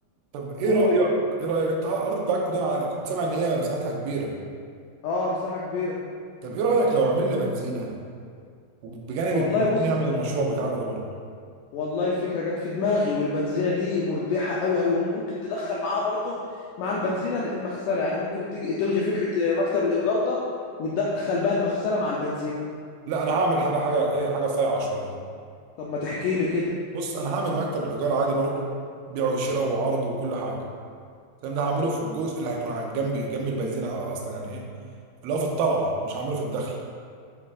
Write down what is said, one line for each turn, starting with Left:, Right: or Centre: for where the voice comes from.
Right: طب ايه
Left: قول
Right: رايك ايه رايك انت الارض بتاعتكم ده كنت سامع ان هي مساحتها كبيره
Left: اه مساحه كبيره
Right: طب ايه رايك لو عملنا بنزينه وبجانب
Left: والله
Right: البنزينه
Left: بص
Right: نعمل المشروع بتاعنا ده برضه
Left: والله الفكرة جت في دماغي والبنزينة دي مربحة قوي قوي ممكن تدخل معاها برضه مع البنزينة المغسلة يعني ممكن تيجي تلغي فكرة آه، مكتب الإيجار ده وتدخل بقى المغسلة مع البنزينة
Right: لا انا هعمل حاجه حاجه ايه حاجه صايعه شويه
Left: طب ما تحكي لي كده
Right: بص انا هعمل مكتب الايجار عادي برضه بيع وشراء وعرض وكل حاجه الكلام ده هعمله في الجزء اللي هيكون عند- جنب جنب البنزينه اصلا يعني ايه اللي هو في الطلعه مش هعمله في الدخل